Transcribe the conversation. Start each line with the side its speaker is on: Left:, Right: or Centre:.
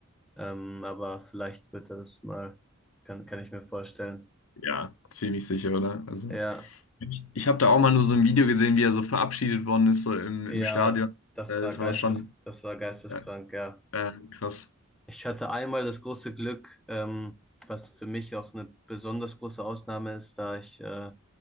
Centre: Ähm, aber vielleicht wird er das mal, kann, kann ich mir vorstellen.
Left: Ja, ziemlich sicher, oder? Also,
Centre: Ja,
Left: ich, ich habe da auch mal nur so ein Video gesehen, wie er so verabschiedet worden ist, so im, im
Centre: ja,
Left: Stadion.
Centre: das
Left: Äh,
Centre: war
Left: Das
Centre: geistes,
Left: war schon
Centre: das war geisteskrank,
Left: äh,
Centre: ja.
Left: äh, krass.
Centre: Ich hatte einmal das große Glück, ähm, was für mich auch eine besonders große Ausnahme ist, da ich äh,